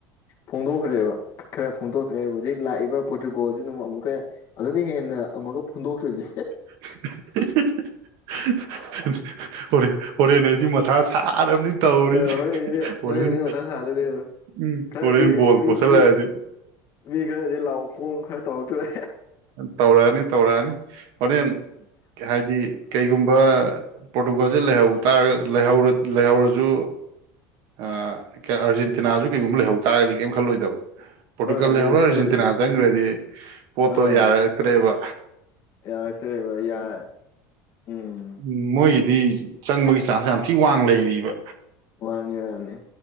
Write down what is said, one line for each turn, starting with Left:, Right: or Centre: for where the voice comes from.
Left: ꯐꯣꯡꯗꯣꯛꯈ꯭ꯔꯦꯕ ꯈꯔ ꯐꯣꯡꯗꯣꯛꯈ꯭ꯔꯦ ꯍꯧꯖꯤꯛ ꯂꯥꯛꯏꯕ ꯄꯣꯔꯇꯨꯒꯣꯜꯁꯤꯅ ꯑꯃꯨꯛ ꯑꯃꯨꯛꯀ ꯑꯗꯨꯅ ꯍꯦꯟꯅ ꯑꯃꯨꯛꯀ ꯐꯨꯟꯗꯣꯛꯇꯨꯏꯅꯦ
Right: <unintelligible> ꯍꯣꯔꯦꯟ ꯍꯣꯔꯦꯟ ꯑꯩꯗꯤ ꯃꯊꯥ ꯁꯥꯔꯕꯅꯤ ꯇꯧꯔꯤꯁꯦ
Left: ꯍꯣꯔꯦꯟꯁꯦ
Right: ꯍꯣꯔꯦꯟ꯫
Left: <unintelligible>
Right: ꯎꯝ
Left: ꯈꯔꯗꯤ
Right: ꯍꯣꯔꯦꯟ ꯕꯣꯜ
Left: ꯃꯤ
Right: ꯄꯣꯠꯁꯤꯜꯂꯛꯑꯗꯤ
Left: ꯃꯤ ꯃꯤ ꯈꯔꯗꯤ ꯂꯥꯎ ꯈꯣꯡ ꯈꯔ ꯇꯧꯔꯛꯇ꯭ꯔꯦ
Right: ꯇꯧꯔꯛꯑꯅꯤ-ꯇꯧꯔꯛꯑꯅꯤ ꯍꯣꯔꯦꯟ ꯍꯥꯏꯗꯤ ꯀꯩꯒꯨꯝꯕ ꯄꯣꯔꯇꯨꯒꯜꯁꯦ ꯂꯩꯍꯧꯇꯥꯔ ꯂꯩꯍꯧꯔ ꯂꯩꯍꯧꯔꯁꯨ ꯑꯥ ꯀꯩꯅꯣ ꯑꯥꯔꯖꯦꯟꯇꯤꯅꯥꯖꯨ ꯀꯩꯒꯨꯝꯕ ꯂꯩꯍꯧ ꯇꯥꯔꯒꯗꯤ ꯀꯩꯝ ꯈꯜꯂꯣꯏꯗꯕ ꯄꯣꯔꯇꯨꯒꯜ
Left: ꯍꯣꯏ ꯑꯗꯨ
Right: ꯂꯩꯍꯧꯔ ꯑꯥꯔꯖꯦꯟꯇꯤꯅꯥ
Left: ꯈꯜꯂꯣꯏꯗꯕ
Right: ꯆꯪꯒ꯭ꯔꯗꯤ ꯄꯣꯠꯇꯣ
Left: ꯑꯥ
Right: ꯌꯥꯔꯔꯛꯇ꯭ꯔꯦꯕ
Left: ꯌꯥꯔꯛꯇ꯭ꯔꯦꯕ ꯌꯥ ꯎꯝ
Right: ꯎꯝ ꯃꯣꯏꯒꯤꯗꯤ ꯆꯪꯕꯒꯤ ꯆꯥꯟꯁ ꯌꯥꯝ ꯊꯤ ꯋꯥꯡ ꯂꯩꯔꯤꯕ
Left: ꯋꯥꯡꯉꯦ ꯋꯥꯡꯉꯦ